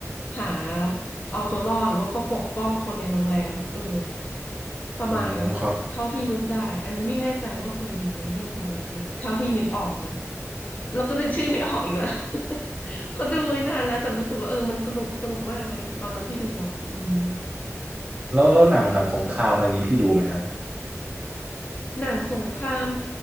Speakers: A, on the left; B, on the right.
A: หาเอาตัวรอดแล้วก็ปกป้องคนในโรงแรมอะเออประมาณนั้นอะเท่าที่นึกได้อันนี้ไม่แน่ใจว่าเคยดูไหมเรื่องประมาณเนี้ยเท่าที่นึกออกนะ
B: อืมครับ
A: แล้วก็นึกชื่อไม่ออกอีกแล้ว <laughs> เพอดูไว้นานแล้วแต่รู้สึกว่าเออมันสนุกสนุกมากเลยตอนนั้นที่ดูอะอืม
B: แล้วแล้วหนังหนังสงครามอะไรอย่างงี้พี่ดูไหมฮะ
A: หนังสงคราม